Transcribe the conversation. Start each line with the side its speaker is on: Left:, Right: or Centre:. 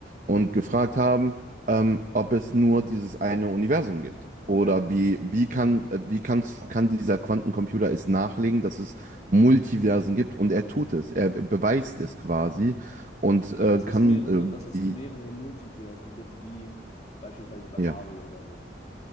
Right: und gefragt haben, ähm, ob es nur dieses eine Universum gibt. Oder
Left: ja.
Right: wie, wie kann, äh, wie kann's, kann dieser Quantencomputer es nachlegen, dass es Multiversen gibt? Und er tut es. Er beweist es quasi und äh,
Left: Dass
Right: kann
Left: es mehrere,
Right: äh,
Left: dass es
Right: die,
Left: mehrere Multiversen gibt, wie beispielsweise bei
Right: ja,
Left: Marvel oder so.